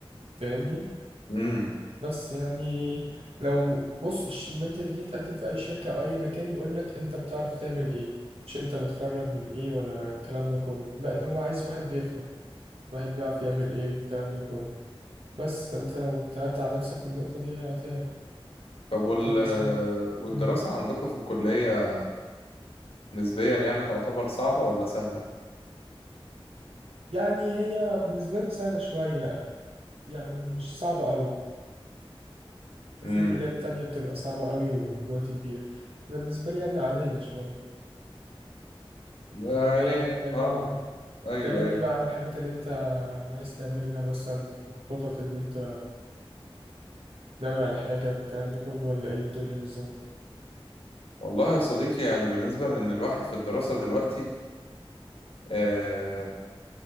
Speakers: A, on the right; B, on the left.
A: فاهمني
B: امم
A: بس يعني لو بص الش- لما انت تيجي تقدم في اي شركة او اي مكان يقول لك انت بتعرف تعمل ايه مش انت متخرج من ايه ولا الكلام ده كله لا هو عايز واحد بيفهم واحد بيعرف يعمل ايه والكلام ده كله بس فانت لو ابتعدت عن نفسك في النقطة دي هتعرف
B: طب وال
A: ده مثلا
B: والدراسه
A: مم.
B: عندكم في الكليه نسبيا يعني تعتبر صعبه ولا سهله
A: يعني هي بالنسبة لي سهلة شوية يعني مش صعبة قوي
B: امم
A: في كليات تانية بتبقى صعبة قوي وجهد كبير انا بالنسبة لي يعني عادية شوية
B: يعني
A: طب ما يكلمني
B: اه ايوه
A: كلمني
B: ايوه
A: بقى عن الحاجات اللي انت عايز تعملها مثلا الخطط اللي انت ناوي على حاجة والكلام ده كله ولا ايه الدنيا بالظبط
B: والله يا صديقي يعني بالنسبة لأن الواحد في الدراسة دلوقتي آه